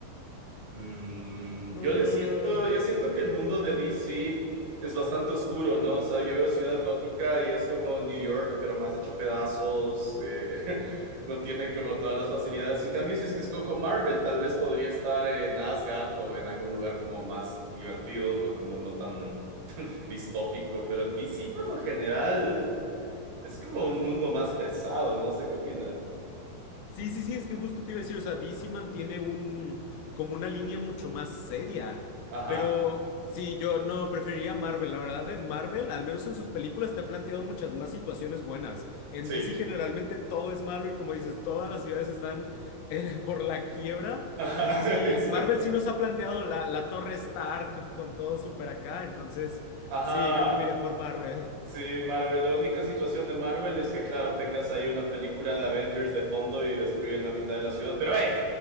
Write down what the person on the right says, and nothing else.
Mm,
yo le siento, yo siento que el mundo de DC es bastante oscuro, ¿no? O sea, yo veo Ciudad Gótica y es como New York, pero más hecho pedazos, eh, <laughs> no tiene como todas las facilidades. En cambio, si es que escojo Marvel, tal vez podría estar en Asgard o en algún lugar como más divertido, ¿no? Como no tan distópico, pero en DC por lo general es como un mundo más pesado, no sé qué opinas.
Ajá,
sí.
<laughs> Ajá,
exacto.
Ajá,
Sí, Marvel, la única situación de Marvel es que, claro, tengas ahí una película de Avengers de fondo y destruyen la mitad de la ciudad, pero ¡hey!